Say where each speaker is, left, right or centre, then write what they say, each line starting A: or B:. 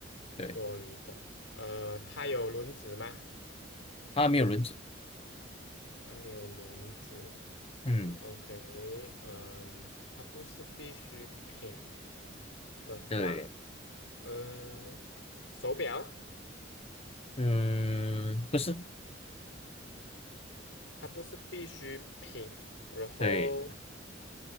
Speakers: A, on the left (about 30°); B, on the left (about 80°).
A: 对，
B: 多余的。呃，它有轮子吗？
A: 它没有轮子，
B: 它没有轮子。
A: 嗯，
B: OK，嗯，它不是必需品的话，
A: 对，
B: 呃，手表
A: 嗯，不是，
B: 它不是必需品，然后
A: 对，